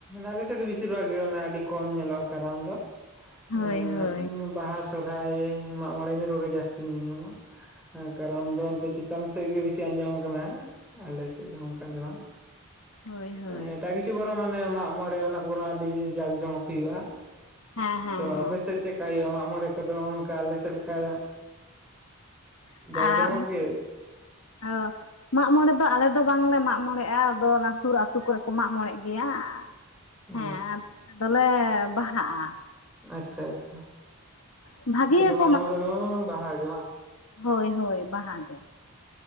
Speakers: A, in the centre; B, on the left (about 75°).
A: ᱟᱞᱮᱥᱮᱫ ᱫᱚ ᱵᱮᱥᱤᱨ ᱵᱷᱟᱜᱽ ᱜᱮ ᱟᱹᱰᱤ ᱠᱚᱢ ᱧᱮᱞᱚᱜᱼᱟ, ᱠᱟᱨᱟᱢ ᱫᱚ᱾
B: ᱦᱳᱭ
A: ᱮᱸ
B: ᱦᱳᱭ
A: ᱵᱟᱦᱟ ᱥᱚᱨᱦᱟᱭ ᱢᱟᱜ ᱢᱚᱬᱮ ᱤᱱᱟᱹ ᱠᱚᱜᱮ ᱡᱟᱹᱥᱛᱤ ᱧᱮᱞ ᱧᱟᱢᱚᱜᱼᱟ᱾ ᱠᱟᱨᱟᱢ ᱫᱚ ᱚᱱᱛᱮ ᱪᱮᱛᱟᱱ ᱥᱮᱫ ᱜᱮ ᱵᱤᱥᱤ ᱟᱸᱡᱚᱢ ᱠᱟᱱᱟ, ᱟᱞᱮ ᱥᱮᱫ ᱫᱚ ᱚᱱᱠᱟ ᱫᱚ ᱵᱟᱝ᱾
B: ᱦᱳᱭ ᱦᱳᱭ
A: ᱮᱸ ᱮᱴᱟᱜ ᱠᱤᱪᱷᱩ ᱵᱚᱨᱚᱝ ᱢᱟᱱᱮ ᱢᱟᱜ ᱢᱚᱬᱮ ᱚᱱᱟ ᱠᱚ, ᱵᱚᱨᱚᱝ ᱟᱹᱰᱤ ᱡᱟᱠ ᱡᱚᱢᱚᱠ ᱦᱩᱭᱩᱜᱼᱟ ᱾
B: ᱦᱮᱸ ᱦᱮᱸ
A: ᱛᱚ
B: ᱦᱮᱸ
A: ᱟᱯᱮ ᱥᱮᱫ ᱪᱮᱫ ᱠᱟ ᱦᱩᱭᱩᱜᱼᱟ? ᱢᱟᱜ ᱢᱚᱬᱮ ᱠᱚᱫᱚ ᱚᱱᱠᱟ ᱟᱞᱮ ᱥᱮᱫ ᱞᱮᱠᱟ?
B: <unintelligible>
A: ᱡᱟᱠ ᱡᱚᱢᱚᱠ ᱜᱮ?
B: ᱢᱟᱜ ᱢᱚᱬᱮ ᱫᱚ ᱟᱞᱮ ᱫᱚ ᱵᱟᱝᱞᱮ ᱢᱟᱜ ᱢᱚᱬᱮᱜᱼᱟ, ᱟᱫᱚ ᱚᱱᱟ ᱥᱩᱨ ᱟᱹᱛᱩ ᱠᱚᱨᱮ ᱠᱚ ᱢᱟᱜ ᱢᱚᱬᱮᱜ ᱜᱮᱭᱟ᱾ ᱦᱮᱸ
A: ᱚ
B: ᱟᱫᱚ ᱞᱮ ᱵᱟᱦᱟᱜᱼᱟ᱾
A: ᱟᱪᱪᱷᱟ ᱟᱪᱪᱷᱟ,
B: ᱵᱷᱟᱜᱮ
A: ᱟᱯᱮ
B: ᱜᱮᱠᱚ
A: ᱫᱚ ᱢᱟᱜ ᱢᱚᱬᱮ ᱫᱚ ᱵᱟᱝ ᱵᱟᱦᱟ ᱜᱮ ᱵᱟᱝ᱾
B: ᱦᱳᱭ ᱦᱳᱭ ᱵᱟᱦᱟ ᱜᱮ᱾